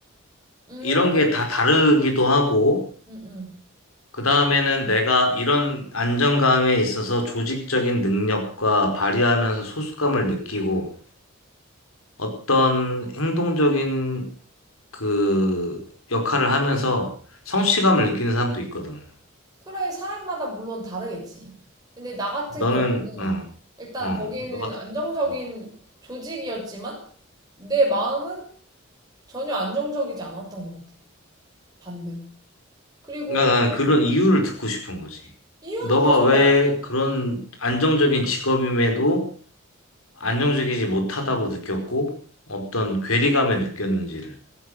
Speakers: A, on the right; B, on the left.
A: 음,
B: 이런 게 다 다르기도 하고,
A: 음, 음.
B: 그 다음에는 내가 이런 안정감에 있어서 조직적인 능력과 발휘하면서 소속감을 느끼고, 어떤 행동적인 그 역할을 하면서 성취감을 느끼는 사람도 있거든.
A: 그래, 사람마다 물론 다르겠지. 근데 나 같은
B: 너는,
A: 경우는
B: 어
A: 일단
B: 어,
A: 거기는
B: 너 같은
A: 안정적인
B: 경우.
A: 조직이었지만 내 마음은 전혀 안정적이지 않았던 것 같아. 반대로. 그리고
B: 그러니까 나는 그런 이유를 듣고 싶은 거지.
A: 이유는
B: 너가
A: 계속
B: 왜
A: 막,
B: 그런 안정적인 직업임에도 안정적이지 못하다고 느꼈고, 어떤 괴리감을 느꼈는지를.